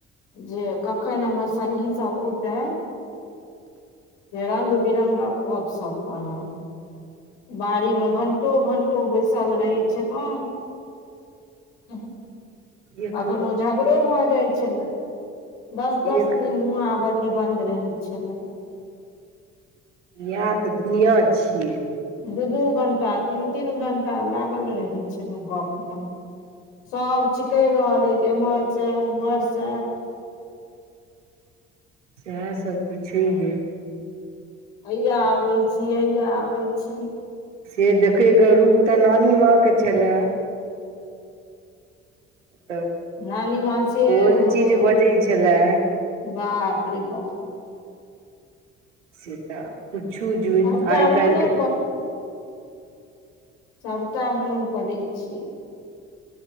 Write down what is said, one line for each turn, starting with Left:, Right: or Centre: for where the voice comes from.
Left: जे कखन हमर संगी सब ओतै रंग बिरङ्ग गप सप करब बाड़ी में घण्टो घण्टो बैसल रहै छलहुँ ह
Right: एक
Left: अखनो झगड़ो भऽ जाइ छलै दस दस
Right: एक
Left: दिन मुहा भ जे बंद रहै छल ने
Right: इहा तऽ दुनिया छियै
Left: दू दू घंटा तीन तीन घंटा लागल रहै छै ने गप्प में स चिकैर रहै हैय जे लै इमर सँ ऊमहर स
Right: सेहा सभ तऽ छैहे
Left: हइआ या आबै छी हइआ आबै छी
Right: से देखय के रूप तऽ नानी माँ के छलए तऽ
Left: नानी माँ छे
Right: कोन
Left: ओ
Right: चीज बजै छलए
Left: बाप रे बा
Right: से तऽ पुछू जूइन
Left: सबटा
Right: आइ
Left: मोने
Right: काल्हि के
Left: सभटा मोन पड़ैत छै